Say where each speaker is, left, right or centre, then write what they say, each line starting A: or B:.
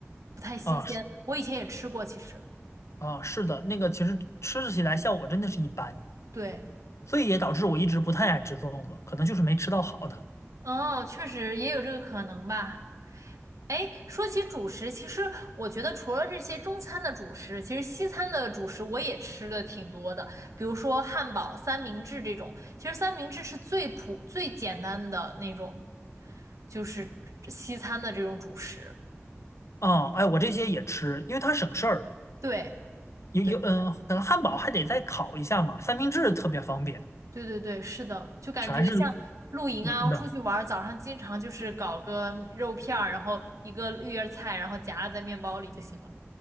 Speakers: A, on the right; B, on the left.
A: 不太新鲜。
B: 啊是
A: 我以前也吃过，其实。
B: 啊，是的，那个其实吃起来效果真的是一般，
A: 对，
B: 所以也导致我一直不太爱吃粽子，可能就是没吃到好的。
A: 哦，确实也有这个可能吧。哎，说起主食，其实我觉得除了这些中餐的主食，其实西餐的主食我也吃的挺多的，比如说汉堡、三明治这种。其实三明治是最普、最简单的那种，就是西餐的这种主食。
B: 啊，哎，我这些也吃，因为它省事儿。
A: 对，
B: 有有，
A: 对，
B: 嗯，可能汉堡还得再烤一下嘛，三明治特别方便，
A: 对对对，是的，就感觉像露营啊，
B: 全是冷的。
A: 出去玩儿，早上经常就是搞个肉片儿，然后一个绿叶菜，然后夹在面包里就行了。